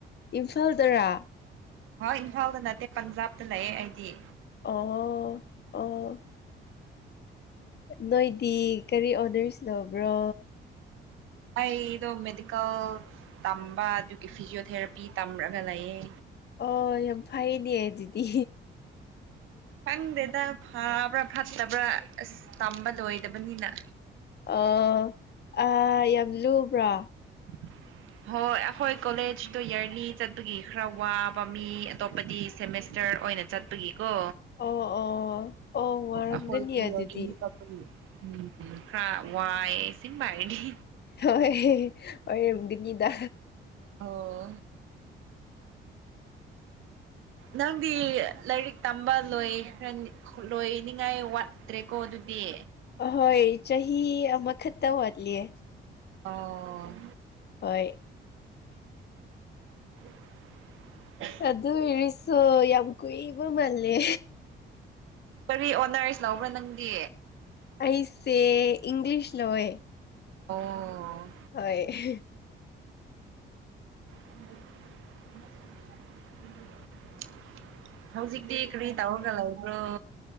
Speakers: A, on the left (about 55°); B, on the right (about 85°).
A: ꯏꯝꯐꯥꯜꯗꯔꯥ
B: ꯍꯣꯏ ꯏꯝꯐꯥꯜꯗ ꯅꯠꯇꯦ ꯄꯟꯖꯥꯕꯇ ꯂꯩꯌꯦ ꯑꯩꯗꯤ
A: ꯑꯣ ꯑꯣ ꯅꯣꯏꯗꯤ ꯀꯔꯤ ꯑꯣꯅꯔꯁ ꯂꯧꯕ꯭ꯔꯣ
B: ꯑꯩꯗꯣ ꯃꯦꯗꯤꯀꯦꯜ ꯇꯝꯕ ꯑꯗꯨꯒꯤ ꯐꯤꯖꯤꯑꯣꯊꯦꯔꯥꯄꯤ ꯇꯝꯔꯒ ꯂꯩꯌꯦ
A: ꯑꯣ ꯌꯥꯝ ꯐꯩꯅꯦ ꯑꯗꯨꯗꯤ
B: ꯈꯪꯗꯦꯗ ꯐꯥꯕ꯭ꯔꯥ ꯐꯠꯇꯕ꯭ꯔꯥ ꯑꯁ ꯇꯝꯕ ꯂꯣꯏꯗꯕꯅꯤꯅ
A: ꯑꯣ ꯑ ꯌꯥꯝ ꯂꯨꯕ꯭ꯔꯣ
B: <inaudible> ꯍꯣꯏ ꯑꯩꯈꯣꯏ ꯀꯣꯂꯦꯖꯇꯣ ꯌꯔꯂꯤ ꯆꯠꯄꯒꯤ ꯈꯔ ꯋꯥꯕ ꯃꯤ ꯑꯇꯣꯞꯄꯗꯤ ꯁꯦꯃꯦꯁꯇꯔ ꯑꯣꯏꯅ ꯆꯠꯄꯒꯤꯀꯣ
A: ꯑꯣ ꯑꯣ ꯑꯣ ꯋꯥꯔꯝꯒꯅꯤ
B: ꯑꯩꯈꯣꯏ <unintelligible>
A: ꯑꯗꯨꯗꯤ
B: ꯎ ꯎꯝ ꯎ ꯈꯔ ꯋꯥꯏ ꯏꯁꯤꯡꯕ ꯍꯥꯏꯔꯗꯤ
A: ꯍꯣꯏ ꯑꯣꯏꯔꯝꯒꯅꯤꯗ
B: ꯑꯣ ꯅꯪꯗꯤ ꯂꯥꯏꯔꯤꯛ ꯇꯝꯕ ꯂꯣꯏꯈ꯭ꯔꯅꯤ ꯂꯣꯏꯅꯤꯡꯉꯥꯏ ꯋꯥꯠꯇ꯭ꯔꯦꯀꯣ ꯑꯗꯨꯗꯤ
A: ꯑꯍꯣꯏ ꯆꯍꯤ ꯑꯃꯈꯛꯇ ꯋꯥꯠꯂꯤꯌꯦ
B: ꯑꯍ‌ꯣ
A: ꯍꯣꯏ
B: <inaudible>
A: ꯑꯗꯨ ꯑꯣꯏꯔꯁꯨ ꯌꯥꯝ ꯀꯨꯏꯕ ꯃꯥꯜꯂꯦ
B: ꯀꯔꯤ ꯑꯣꯅꯔꯁ ꯂꯧꯕ꯭ꯔ ꯅꯪꯗꯤ
A: ꯑꯩꯁꯦ ꯏꯪꯂꯤꯁ ꯂꯧꯋ‌ꯦ
B: ꯑꯣ
A: ꯍꯣꯏ
B: <inaudible> ꯍꯧꯖꯤꯛꯇꯤ ꯀꯔꯤ ꯇꯧꯔꯒ ꯂꯩꯕ꯭ꯔꯣ